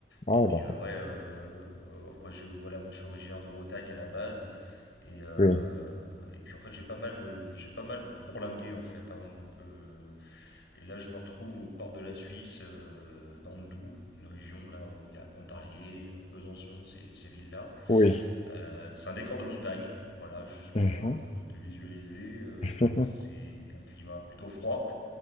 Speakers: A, on the left (about 35°); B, on the left (about 85°).
A: Ah,
B: Et puis
A: d'accord.
B: euh, ouais, euh, après je, voilà, moi je suis originaire de Bretagne à la base et, euh,
A: Oui,
B: et puis en fait j'ai pas mal, euh, j'ai pas mal bourlingué en fait, hein, donc euh, et là je me retrouve aux portes de la Suisse, euh, dans le Doubs, une région là où il y a Pontarlier, euh, Besançon, ces, ces villes-là.
A: oui.
B: Euh, c'est un décor de montagne, voilà, juste pour
A: Mhm.
B: euh, te visualiser, euh,
A: <laughs>
B: c'est un climat plutôt froid.